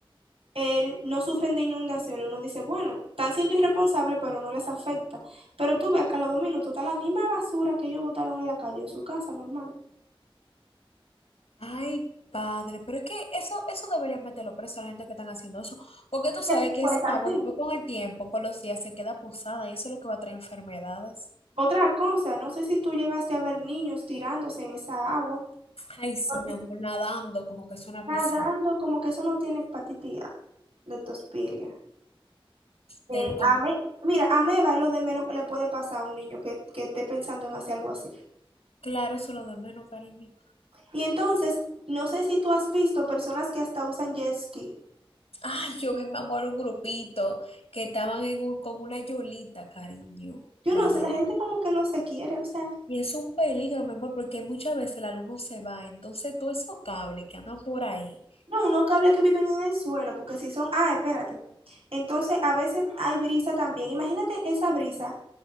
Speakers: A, on the right; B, on the left.
A: eh, no sufren de inundaciones. Uno dice, bueno, están siendo irresponsables, pero no les afecta. Pero tú ves que a los dos minutos está la misma basura que ellos botaron en la calle, en su casa, normal.
B: Ay, padre, pero es que eso, eso deberían meterlo preso a la gente que están haciendo eso, porque tú sabes
A: ¿Te das
B: que
A: cuenta?
B: esa agua
A: Sí.
B: después con el tiempo, con los días, se queda posada y eso es lo que va a traer enfermedades.
A: Otra cosa, no sé si tú llegaste a ver niños tirándose en esa agua,
B: Ay, sí,
A: Porque,
B: mi amor, nadando como que es una
A: nadando
B: piscina.
A: como que eso no tiene hepatitis A, leptospiria. eh,
B: Te tomo.
A: Ame- mira, ameba es lo de menos que le puede pasar a un niño que, que esté pensando en hacer algo así.
B: Claro, eso es lo de menos, cariño.
A: Y entonces, no sé si tú has visto personas que hasta usan jet ski.
B: Ay, yo vi, mi amor, un grupito que estaban en un- con una yolita, cariño,
A: Yo
B: bañando.
A: no sé, la gente como que no se quiere, o sea,
B: Y es un peligro, mi amor, porque muchas veces el alumno se va, entonces todos esos cables que andan por ahí.
A: no, unos cables que viven en el suelo, porque si son, ah, espérate. Entonces, a veces hay brisa también. Imagínate esa brisa,